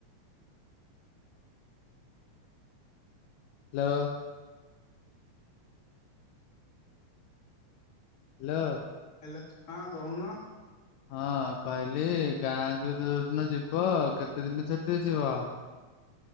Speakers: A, on the left; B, on the left.
A: ହାଲୋ ହ୍ୟାଲୋ
B: ହ୍ୟାଲୋ ହଁ କହୁନ।
A: ହଁ କହିଲି ଗାଁକୁ ଯୋଉ ଦିନ ଯିବ କେତେ ଦିନ ଛୁଟିରେ ଯିବ।